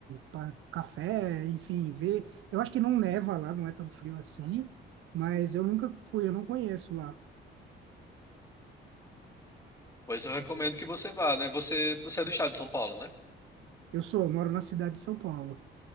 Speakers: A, on the right (about 80°); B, on the left (about 15°).
A: pa- café, enfim, ver. Eu acho que não neva lá, não é tão frio assim, mas eu nunca fui, eu não conheço lá.
B: Pois eu recomendo que você vá, né? Você, você é do estado de São Paulo, né?
A: Eu sou, eu moro na cidade de São Paulo.